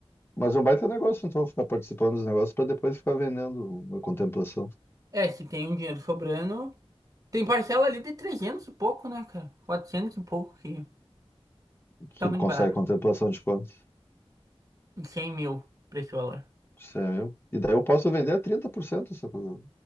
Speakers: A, on the left; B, on the right.
A: mas é um baita negócio, então ficar participando dos negócios para depois ficar vendendo a contemplação,
B: É, se tem um dinheiro sobrando. Tem parcela ali de 300 e pouco, né, cara? quatrocentos e pouco, que
A: que
B: tá muito
A: consegue
B: barato.
A: contemplação de quanto?
B: cem mil pra esse valor.
A: Isso é meu. E daí eu posso vender a 30% essa coisa.